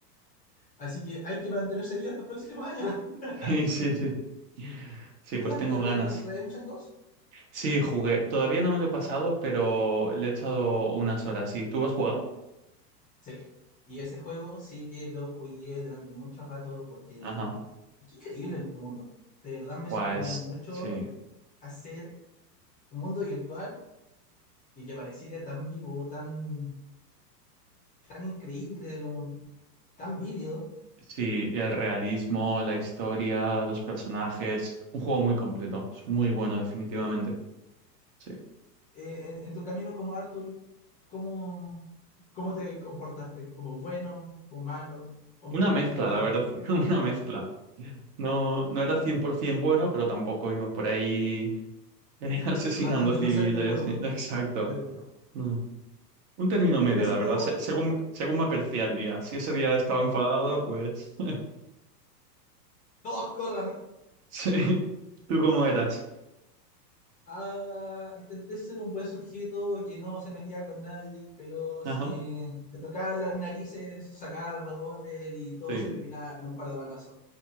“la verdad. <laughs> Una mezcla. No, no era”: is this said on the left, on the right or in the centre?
Right